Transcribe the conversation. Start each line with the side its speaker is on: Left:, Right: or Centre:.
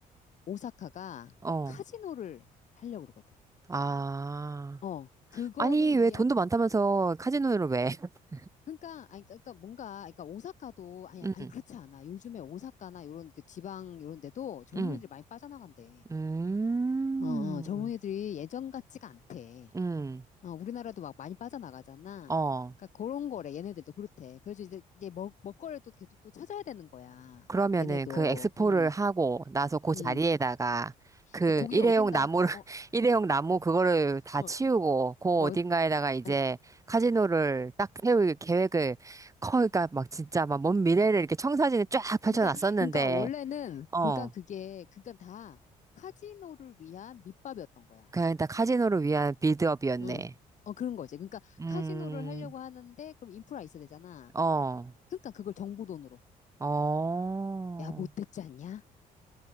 Left: 오사카가
Right: 어.
Left: 카지노를 하려고 그러거든.
Right: 아.
Left: 어, 그거를
Right: 아니, 왜
Left: 위한
Right: 돈도 많다면서 카지노를 왜? <laughs>
Left: 그러니까 아니 그러니까 뭔가 그러니까 오사카도 아니
Right: 응,
Left: 아니 그렇지 않아. 요즘에 오사카나 요런 그 지방 요런 데도 젊은이들이
Right: 응,
Left: 많이 빠져나간대.
Right: 음,
Left: 어, 어, 젊은이들이 예전 같지가 않대.
Right: 응,
Left: 어, 우리나라도 막 많이 빠져나가잖아.
Right: 어.
Left: 그러니까 그런 거래. 얘네들도 그렇대. 그래서 이제 이제 먹 먹거리를 또 계속 또 찾아야 되는 거야.
Right: 그러면은
Left: 얘네도.
Right: 그 엑스포를
Left: 음.
Right: 하고 나서 그
Left: 음.
Right: 자리에다가
Left: 그러니까
Right: 그
Left: 고기
Right: 일회용
Left: 어딘다가
Right: 나무를,
Left: 까-
Right: <laughs>
Left: 어,
Right: 일회용 나무 그거를 다
Left: 어,
Right: 치우고 그
Left: 어,
Right: 어딘가에다가
Left: 아, 아,
Right: 이제
Left: 아니.
Right: 카지노를 딱 세울 계획을 커, 그러니까 막 진짜 막 먼 미래를 이렇게 청사진에 쫙 펼쳐놨었는데,
Left: 그러니까 그러니까 원래는
Right: 어.
Left: 그러니까 그게 그러니까 다 카지노를 위한 밑밥이었던 거야.
Right: 그냥 일단 카지노를 위한 빌드업이었네.
Left: 응. 어, 그런 거지. 그러니까
Right: 음,
Left: 카지노를 하려고 하는데 그럼 인프라 있어야 되잖아.
Right: 어.
Left: 그러니까 그걸 정부 돈으로.
Right: 어.
Left: 야, 못됐지 않냐?